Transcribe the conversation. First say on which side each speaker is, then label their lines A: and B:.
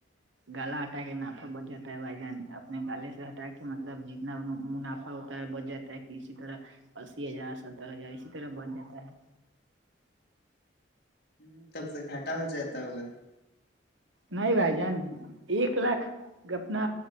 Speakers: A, on the right; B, on the left.
A: گلاٹ ہٹا کے منافع بچ جاتا ہے بھائی جان اپنے گالے سے ہٹا کے مطلب جتنا منافع ہوتا ہے بچ جاتا ہے اسی طرح اسی ہزار ستر ہزار اسی طرح بن جاتا ہے
B: ہ تب سے گھاٹا ہو جاتا ہوگا <unintelligible>
A: نہیں بھائی جان ایک لاکھ اپنا